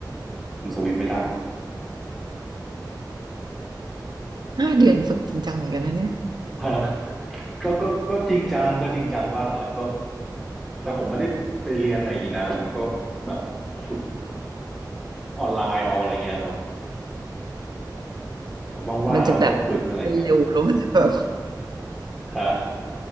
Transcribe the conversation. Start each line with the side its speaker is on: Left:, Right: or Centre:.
Centre: ผมสวีปไม่ได้
Right: ห้าเดือนฝึกจริงจังเหมือนกันนะเนี่ย
Centre: <laughs> ฮะก็ก็ก็จริงจังก็จริงจังบ้างแหละก็แต่ผมไม่ได้ไปเรียนอะไรอย่างนี้นะผมก็แบบฝึกออนไลน์เอาอะไรเงี้ยครับ แล้วว่างๆเราก็ฝึกอะไรเงี้ย
Right: มันจะแบบเร็วแล้วมันจะแบบ
Centre: ฮะ